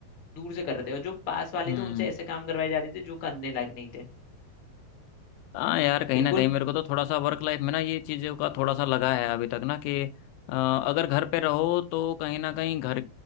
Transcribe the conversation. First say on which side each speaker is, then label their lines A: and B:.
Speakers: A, on the left; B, on the left.
A: दूर से कर रहे थे और जो पास वाले
B: हम्म
A: थे उनसे ऐसे काम करवाए जा रहे थे जो करने लायक नहीं थे
B: हाँ यार कहीं
A: बिल्कुल
B: ना कहीं मेरे को तो थोड़ा सा वर्क लाइफ में ना ये चीज़ों का थोड़ा सा लगा है अभी तक ना कि अ, अगर घर पे रहो तो कहीं ना कहीं घर